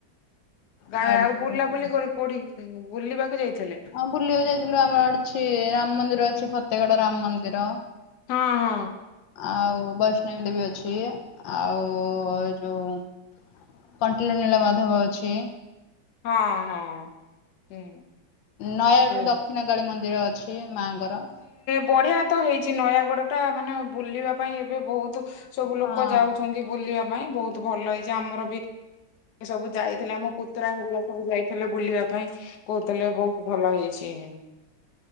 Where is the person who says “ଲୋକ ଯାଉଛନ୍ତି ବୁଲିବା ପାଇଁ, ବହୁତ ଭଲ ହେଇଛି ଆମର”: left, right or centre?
Left